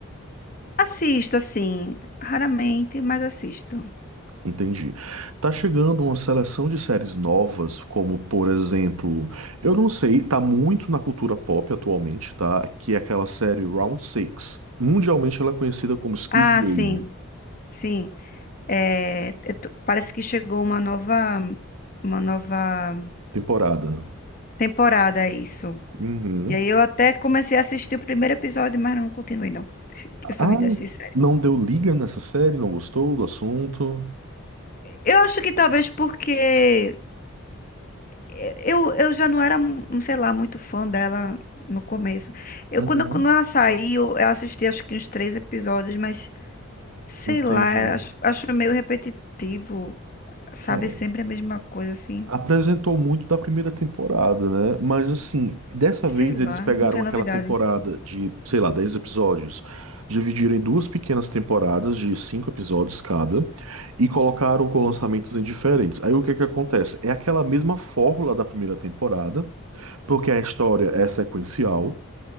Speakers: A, on the left; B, on the right.
A: Assisto, assim, raramente, mas assisto.
B: Entendi. Tá chegando uma seleção de séries novas, como por exemplo, eu não sei, tá muito na cultura pop atualmente, tá? Que é aquela série Round Six. Mundialmente ela é conhecida como Squid
A: Ah,
B: Game,
A: sim, sim. É, eu tô- parece que chegou uma nova, uma nova
B: temporada.
A: temporada, é isso.
B: Uhum.
A: E aí eu até comecei a assistir o primeiro episódio, mas não continuei, não. Eu sou
B: Ah,
A: ruim das séries.
B: não deu liga nessa série, não gostou do assunto?
A: Eu acho que talvez porque eh, eu, eu já não era, hum, sei lá, muito fã dela no começo. Eu,
B: Uhum.
A: quando, quando ela saiu, eu assisti acho que uns três episódios, mas sei
B: Entendi.
A: lá, acho, acho meio repetitivo, sabe?
B: É.
A: Sempre a mesma coisa, assim.
B: Apresentou muito da primeira temporada, né? Mas assim, dessa
A: Sei
B: vez
A: lá,
B: eles pegaram
A: não tem
B: aquela
A: novidade.
B: temporada de, sei lá, 10 episódios, dividiram em duas pequenas temporadas de cinco episódios cada e colocaram com lançamentos em diferentes. Aí o que é que acontece? É aquela mesma fórmula da primeira temporada, porque a história é sequencial,